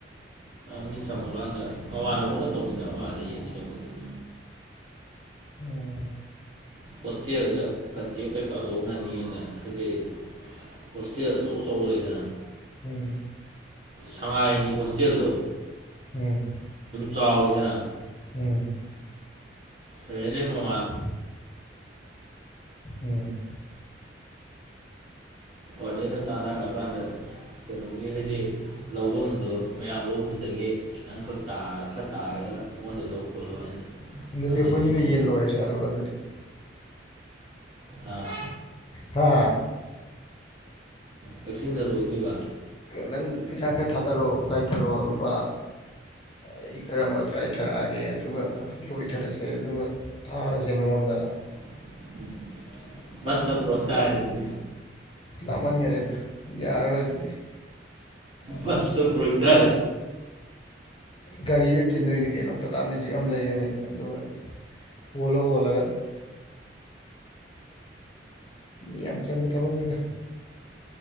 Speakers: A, on the right; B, on the left.
A: ꯃꯤ ꯊꯝꯃꯀꯥꯟꯗ ꯃꯃꯥꯟꯅꯕꯒ ꯇꯧꯃꯤꯟꯅꯕ ꯑꯃ ꯑꯗ ꯌꯦꯟ ꯁꯦꯝꯕꯗꯨꯗꯤ
B: ꯑꯣ
A: ꯍꯣꯁꯇꯦꯜꯗ ꯀꯟꯇꯦꯛ ꯀꯩꯀꯥ ꯂꯧꯅꯅꯤꯅ ꯍꯥꯏꯖ ꯍꯧꯁ ꯁ ꯆꯧꯕ ꯂꯩꯗꯅ
B: ꯎꯝ
A: ꯁꯉꯥꯏꯅꯤ ꯍꯣꯁꯇꯦꯜꯗꯣ
B: ꯎꯝ
A: ꯆꯥꯎꯋꯦꯗꯅ
B: ꯎꯝ
A: ꯑ
B: ꯎꯝ ꯎꯝ
A: ꯍꯗꯤꯅ ꯇꯥꯟꯅꯔꯛꯑꯀꯥꯟꯗ ꯀꯩꯅꯣꯒꯤ ꯍꯥꯏꯗꯤ ꯂꯧꯐꯝꯗꯣ ꯃꯌꯥꯝ ꯂꯧꯕꯗꯨꯗꯒꯤ ꯈꯤꯇꯪꯈꯛ ꯇꯥꯔ ꯈꯔ ꯇꯥꯔꯒ ꯃꯣꯟꯗ ꯂꯣ ꯈꯣꯠꯂꯣ ꯍꯥꯏꯅ
B: ꯑꯗꯨꯗꯤ
A: ꯍꯪꯅꯈꯤꯕꯅꯦ
B: ꯑꯩꯈꯣꯏꯅꯤꯅ ꯌꯦꯟ ꯂꯣꯏꯔꯁꯦ ꯍꯥꯏꯕ꯭ꯔꯣ
A: ꯑꯥ
B: ꯍꯥꯥ
A: ꯀꯛꯆꯤꯡꯗ ꯂꯣꯏꯇꯣꯏꯕ
B: ꯅꯪ ꯈꯨꯩꯁꯥꯛ ꯈ ꯊꯥꯊꯔꯛꯑꯣ ꯀꯥꯏꯊꯔꯛꯑꯣ ꯂꯨꯄꯥ ꯑꯩ ꯈꯔ ꯑꯃ ꯀꯥꯏꯊꯔꯛꯑꯒꯦ ꯑꯗꯨꯒ ꯂꯣꯏꯊꯔꯁꯦ ꯑꯗꯨꯒ ꯊꯥꯔꯁꯦ ꯃꯉꯣꯟꯗ ꯑ
A: <inaudible> ꯁ ꯇ ꯄꯨꯇ ꯍꯥꯏꯗꯤ
B: ꯂꯥꯞꯃꯟꯈꯔꯦꯗ ꯌꯥꯔꯔꯣꯏ ꯑꯗꯨꯗꯤ
A: ꯋꯥꯁꯇ ꯑꯣꯏꯛꯇꯔꯦ
B: ꯒꯥꯔꯤꯗ ꯊꯤꯟꯗꯣꯏꯅꯤ ꯀꯩꯅꯣ ꯇꯥꯇꯥ ꯃꯦꯖꯤꯛ ꯑꯃ ꯂꯩꯔꯅꯤ ꯑꯗꯨꯒ ꯍꯂꯒ ꯑꯣꯂꯒ ꯃꯤ ꯌꯥꯝ ꯆꯪꯕ ꯊꯕꯛꯅꯤꯅ